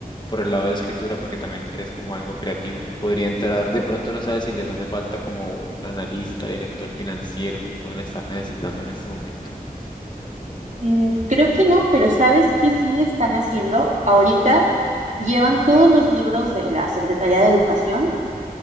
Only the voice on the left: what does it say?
por el lado de escritura, porque también es como algo creativo. Podría entrar, de pronto no sabes si les hace falta como un analista, director financiero que pueden estar necesitando en este momento.